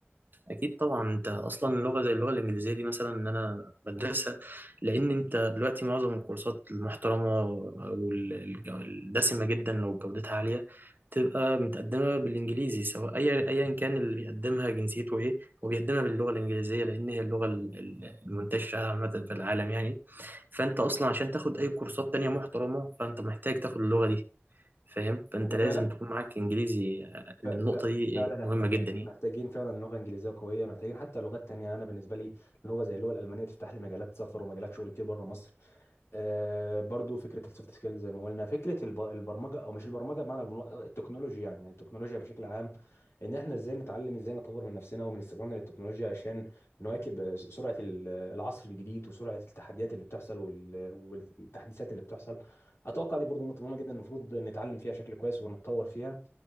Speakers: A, on the right; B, on the left.
A: اكيد طبعا انت اصلا لغه زي اللغه الانجليزيه دي مثلا ان انا بدرسها لان انت دلوقتي معظم الكورسات المحترمه والدسمه جدا لو جودتها عاليه تبقى متقدمه بالانجليزي سواء اي ايا كان اللي بيقدمها جنسيته ايه هو بيقدمها باللغه الانجليزيه لان هي اللغه ال- ال- المنتشره عامه في العالم يعني فانت اصلا عشان تاخد اي كورسات تانية محترمه فانت محتاج تاخد اللغه دي فاهم فانت
B: انا
A: لازم
B: فعلا
A: تكون معاك انجليزي آه،
B: ف-
A: النقطه
B: ف-
A: دي
B: فعلا
A: آه،
B: احنا
A: مهمه جدا يعني
B: محتاجين فعلا لغه انجليزيه قويه محتاجين حتى لغات تانية انا بالنسبه لي لغه زي اللغه الالمانيه تفتح لي مجالات سفر ومجالات شغل كتير بره مصر آه برضو فكره السوفت سكيلز زي ما قلنا فكره الب- البرمجه او مش البرمجه بمعنى البرم- التكنولوجيا يعني يعني التكنولوجيا بشكل عام ان احنا ازاي نتعلم ازاي نطور من نفسنا ومن استخدامنا للتكنولوجيا عشان نواكب سرعه ال- العصر الجديد وسرعه التحديات اللي بتحصل وال- والتحديثات اللي بتحصل اتوقع دي برضو نقطه مهمه جدا المفروض نتعلم فيها بشكل كويس ونتطور فيها